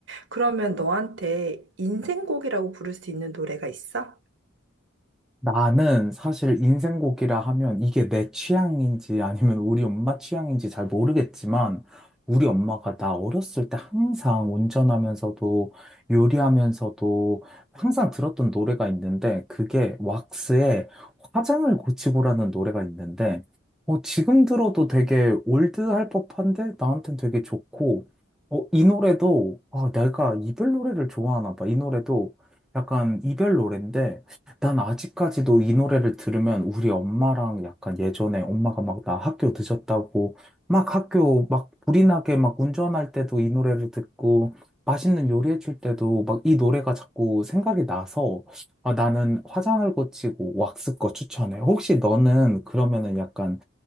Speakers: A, on the right; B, in the centre.
A: 그러면 너한테 인생곡이라고 부를 수 있는 노래가 있어?
B: 나는 사실 인생곡이라 하면 이게 내 취향인지 아니면 우리 엄마 취향인지 잘 모르겠지만 우리 엄마가 나 어렸을 때 항상 운전하면서도 요리하면서도 항상 들었던 노래가 있는데 그게 왁스의 화장을 고치고라는 노래가 있는데 어, 지금 들어도 되게 올드할 법한데 나한텐 되게 좋고 어, 이 노래도 아, 내가 이별 노래를 좋아하나 봐. 이 노래도 약간 이별 노래인데 난 아직까지도 이 노래를 들으면 우리 엄마랑 약간 예전에 엄마가 막 나 학교 늦었다고 막 학교 막 불이 나게 막 운전할 때도 이 노래를 듣고 맛있는 요리해 줄 때도 막 이 노래가 자꾸 생각이 나서 아, 나는 화장을 고치고 왁스 거 추천해. 혹시 너는 그러면은 약간